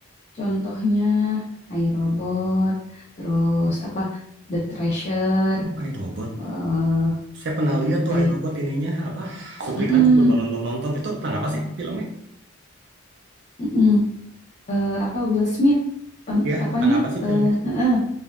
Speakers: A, on the left; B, on the right.
A: contohnya I, robot. terus apa The Treasure,
B: Oh, iRobot.
A: eh
B: Saya pernah lihat tuh
A: I,
B: iRobot ininya apa? Cuplikan
A: Mm-mm,
B: sebelum nonton-nonton itu tentang apa sih filmnya?
A: mm-mm. Eh, apa Will Smith, pen-
B: Ya,
A: apanya
B: tentang apa sih
A: eh,
B: film itu?
A: eh, eh,